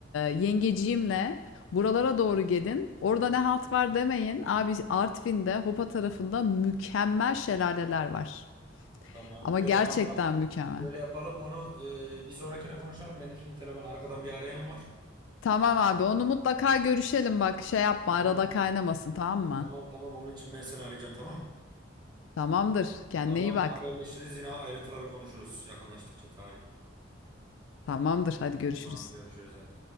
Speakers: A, on the left; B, on the right.
A: yengeciğimle buralara
B: Hı hı.
A: doğru gelin. Orada ne halt var demeyin. Abi Artvin'de Hopa tarafında mükemmel şelaleler var.
B: Tamam
A: Ama
B: gideriz
A: gerçekten
B: ama
A: mükemmel.
B: şöyle yapalım onu e, bir sonrakine konuşalım. Benim şimdi telefon arkadan bir arayan var.
A: Tamam abi onu mutlaka görüşelim bak şey yapma arada
B: Tamam
A: kaynamasın tamam mı?
B: tamam tamam onun için ben seni arayacağım tamam.
A: Tamamdır kendine
B: Tamam
A: iyi bak.
B: haberleşiriz yine ayrıntıları konuşuruz yakınlaştıkça tarih.
A: Tamamdır hadi görüşürüz.
B: Tamam görüşürüz hadi.